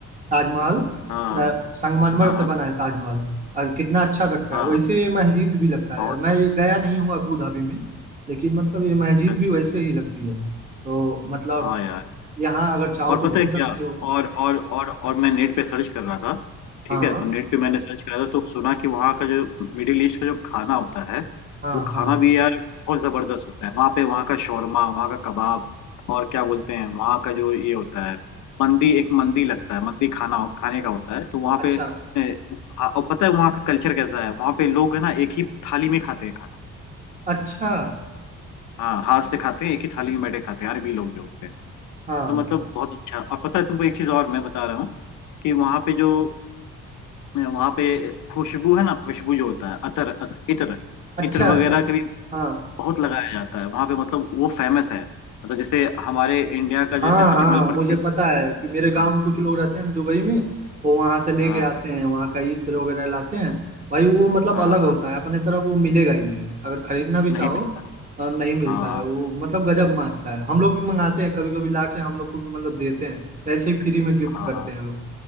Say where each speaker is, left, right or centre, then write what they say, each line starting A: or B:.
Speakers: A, on the right; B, on the left.
A: ताजमहल
B: हाँ हाँ
A: स- संगमरमर
B: हाँ हाँ
A: से बना है ताजमहल और कितना अच्छा लगता
B: हाँ
A: है वैसे
B: हाँ,
A: ये मस्जिद भी लगता
B: बहुत
A: है मैं
B: बहुत।
A: ये गया नहीं हूँ अबू धाबी में लेकिन मतलब ये मस्जिद
B: अच्छा
A: भी वैसे
B: अच्छा
A: ही लगती है तो मतलब
B: हाँ यार
A: यहाँ अगर चाहो
B: और
A: तो
B: पता
A: घूम
B: है क्या
A: सकते हो
B: और और और और मैं नेट पे सर्च कर रहा था ठीक
A: हाँ
B: है तो नेट पे मैंने सर्च करा था तो सुना कि वहाँ का जो मिडिल ईस्ट का जो खाना होता है
A: हाँ
B: वो खाना
A: हाँ
B: भी यार बहुत जबरदस्त होता है वहाँ पे वहाँ का शौरमा वहाँ का कबाब और क्या बोलते हैं वहाँ का जो ये होता है मंदी एक मंदी लगता है मंदी खाना खाने का होता है तो वहाँ
A: अच्छा
B: पे ए, हाँ, और पता है वहाँ का कल्चर कैसा है वहाँ पे लोग है ना एक ही थाली में खाते हैं खाना
A: अच्छा
B: हाँ हाथ से खाते हैं एक ही थाली में बैठे खाते हैं अरबी लोग जो होते हैं
A: हाँ
B: तो मतलब बहुत अच्छा और पता है तुमको एक चीज और मैं बता रहा हूँ कि वहाँ पे जो वहाँ पे खुशबू है ना खुशबू जो होता है अतर अत, इत्र
A: अच्छा
B: इत्र वगैरह
A: अच्छा
B: के भी
A: हाँ
B: बहुत लगाया जाता है वहाँ पे मतलब वो फेमस है मतलब जैसे हमारे इंडिया
A: हाँ
B: का जैसे अजमल
A: हाँ
B: परफ्यूम
A: मुझे पता है कि मेरे गांव
B: हाँ
A: में कुछ लोग रहते हैं दुबई में वो वहां से लेके
B: हाँ
A: आते
B: हाँ
A: हैं वहां का इत्र वगैरह लाते हैं भाई वो मतलब
B: हाँ
A: अलग होता
B: हाँ,
A: है अपने तरफ वो मिलेगा ही नहीं अगर खरीदना भी चाहो
B: नहीं मिलता है
A: अ, नहीं मिलता
B: हाँ हाँ
A: है वो मतलब गजब मांगता है हम लोग भी मंगाते हैं कभी कभी ला के हम लोग को भी मतलब देते हैं ऐसे ही फ्री में गिफ्ट
B: हाँ
A: करते
B: हाँ
A: हैं लोग